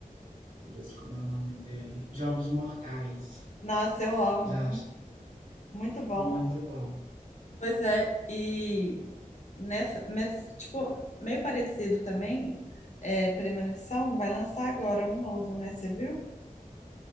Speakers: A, on the right; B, on the left.
A: meu Deus, como é o nome dele? Jogos Mortais.
B: Nossa, eu amo.
A: Já, acho-
B: Muito bom.
A: muito bom.
B: Pois é, e nessa, mes- tipo, meio parecido também, é, Premonição vai lançar agora um novo, né? Você viu?